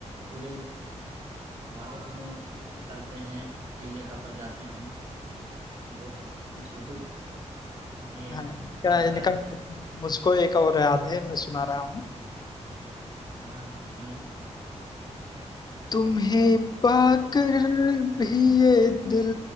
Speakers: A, on the right (about 60°); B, on the left (about 35°).
A: پورے بھارت میں کرتے ہیں کئی جگہ پر جاتے ہیں بہت مشہور یہ
B: ہاں ان کا
A: کلاکار
B: ان کا
A: ہیں
B: مجھ کو ایک اور یاد ہے میں سنا رہا ہوں
A: ہاں سنائیے
B: تمہیں ب کہ بھی یہ دل